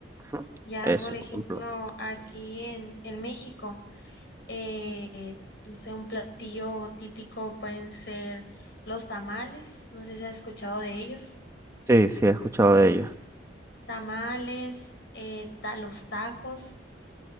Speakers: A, on the right; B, on the left.
A: Ujú.
B: Ya,
A: Eso,
B: por ejemplo,
A: un plato.
B: aquí en, en México. Eh, no sé, un platillo típico pueden ser los tamales, no sé si has escuchado de ellos.
A: Sí, sí, he escuchado de ello.
B: Tamales, eh, ta- los tacos,